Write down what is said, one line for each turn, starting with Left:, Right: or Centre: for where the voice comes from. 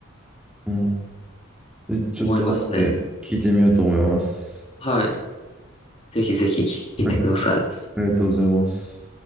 Centre: うん。でちょっと後で聞いてみようと思います。
Left: 思いますね。はい。ぜひぜひ聞いてください。
Centre: はい、ありがとうございます。